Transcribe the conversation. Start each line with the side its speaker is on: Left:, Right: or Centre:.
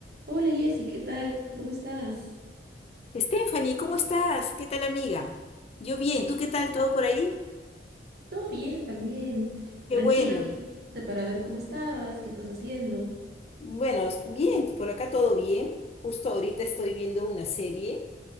Right: Hola Jessy, ¿qué tal? ¿Cómo estás?
Left: Stephanie, ¿cómo estás? ¿Qué tal, amiga? Yo bien, ¿tú qué tal? ¿Todo por ahí?
Right: Todo bien también.
Left: Qué
Right: Tranquilo,
Left: bueno.
Right: aquí te- para ver cómo estabas, qué estás haciendo.
Left: Bueno, bien, por acá todo bien. Justo ahorita estoy viendo una serie,